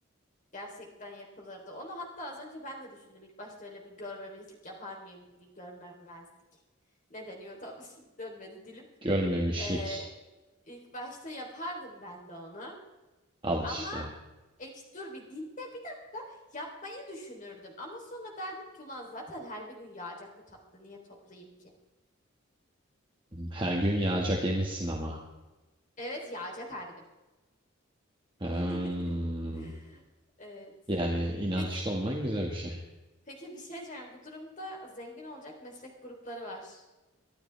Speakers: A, on the left (about 35°); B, on the right (about 25°).
A: Gerçekten yapılırdı. Onu hatta az önce ben de düşündüm. İlk başta öyle bir görmemezlik yapar mıyım diye görmemezlik. Ne deniyor tam <laughs> dönmedi dilim.
B: Görmemişlik.
A: Ee, ilk başta yapardım ben de onu.
B: Al
A: Ama
B: işte.
A: ek dur bir dinde bir de yapmayı düşünürdüm. Ama sonra derdim ki ulan zaten her gün yağacak bu tatlı niye toplayayım ki?
B: Her gün yağacak eminsin ama.
A: Evet yağacak her gün.
B: Hmm.
A: <laughs> Evet.
B: Yani inançlı
A: Peki,
B: olman güzel bir şey.
A: peki bir şey diyeceğim. Bu durumda zengin olacak meslek grupları var.